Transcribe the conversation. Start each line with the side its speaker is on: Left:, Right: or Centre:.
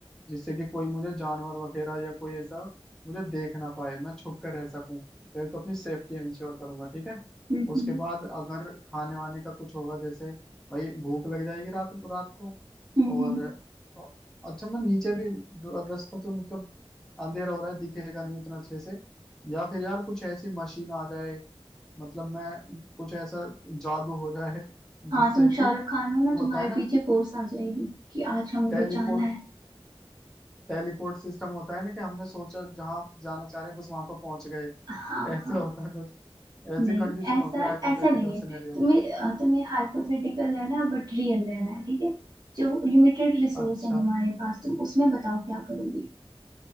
Centre: जिससे कि कोई मुझे जानवर वगैरह या कोई ऐसा मुझे देख ना पाए मैं छुप कर रह सकूं पहले तो अपनी सेफ्टी इंश्योर करूंगा ठीक है
Right: हम्म
Centre: उसके बाद अगर खाने वाने का कुछ होगा जैसे भाई भूख लग जाएगी रात रात को
Right: हम्म
Centre: और
Right: हम्म।
Centre: अ- अच्छा मैं नीचे भी जो रास्ता तो मतलब अंधेरा हो रहा है दिखेगा नहीं उतना अच्छे से या फिर यार कुछ ऐसी मशीन आ जाए मतलब मैं कुछ ऐसा जादू हो जाए
Right: हाँ
Centre: जिससे
Right: तुम
Centre: कि
Right: शाहरुख खान हो ना
Centre: होता
Right: तुम्हारे
Centre: है ना
Right: पीछे पोस्ट आ जाएगी कि आज हमें
Centre: टेलीपोर्ट
Right: बचाना है
Centre: टेलीपोर्ट सिस्टम होता है ना कि हमने सोचा जहां जाना चाह रहे हैं बस वहां पर पहुंच गए
Right: हाँ
Centre: ऐसा
Right: हाँ
Centre: होता है कुछ ऐसी
Right: नहीं
Centre: कंडीशन
Right: ऐसा
Centre: होती है हाइपोथेटिकल
Right: ऐसा नहीं है
Centre: सिनेरियो
Right: तुम्हें अ, तुम्हें हाइपोथेटिकल रहना है बट रियल रहना है ठीक है जो लिमिटेड रिसोर्स
Centre: अच्छा
Right: है तुम्हारे पास तुम उसमें बताओ क्या करोगे